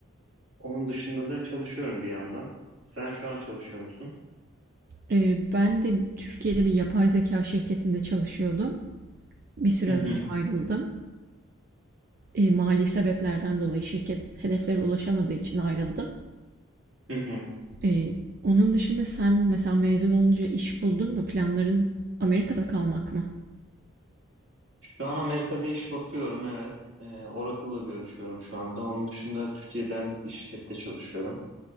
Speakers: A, on the right; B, on the right.
A: Onun dışında da çalışıyorum bir yandan. Sen şu an çalışıyor musun?
B: Eee, ben de Türkiye'de bir yapay zeka şirketinde çalışıyordum. Bir süre
A: Hı
B: önce
A: hı.
B: ayrıldım. Eee, mali sebeplerden dolayı şirket hedeflere ulaşamadığı için ayrıldım.
A: Hı hı.
B: Eee, onun dışında sen mesela mezun olunca iş buldun mu? Planların Amerika'da kalmak mı?
A: Şu an Amerika'da iş bakıyorum evet. Ee, Oracle'la görüşüyorum şu anda. Onun dışında Türkiye'den bir şirkette çalışıyorum